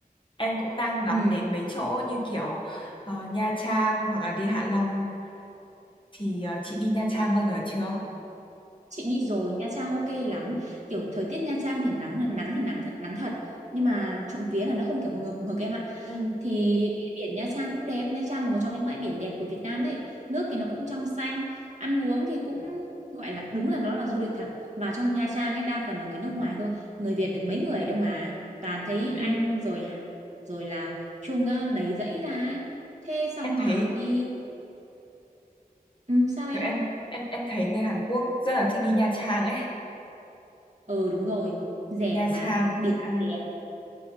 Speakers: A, on the left (about 35°); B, on the right (about 50°).
A: Em cũng đang ngắm
B: ừ.
A: đến mấy chỗ như kiểu ờ, Nha Trang hoặc là đi Hạ Long. Thì ờ, chị đi Nha Trang
B: Nếu
A: bao giờ chưa?
B: chị đi rồi Nha Trang ok lắm kiểu thời tiết Nha Trang thì nắng là nắng thì nắng thật nắng thật nhưng mà trộm vía là nó không kiểu hừng hực hừng hực em ạ
A: Ừ.
B: thì đi biển Nha Trang cũng đẹp Nha Trang là một trong những bãi biển đẹp của Việt Nam đấy nước thì nó cũng trong xanh ăn uống thì cũng gọi là đúng là nó là du lịch thật và trong Nha Trang ấy đa phần là người nước ngoài thôi người Việt được mấy người đâu mà toàn thấy
A: ừ.
B: Anh rồi rồi là Trung á, đầy dãy ra ấy thế xong
A: Em thấy
B: à, đi ừ, sao em
A: kiểu em em em thấy người Hàn Quốc rất là thích đi Nha Trang ấy.
B: ừ đúng rồi rẻ
A: Nha Trang,
B: mà
A: Hội
B: biển
A: An.
B: thì đẹp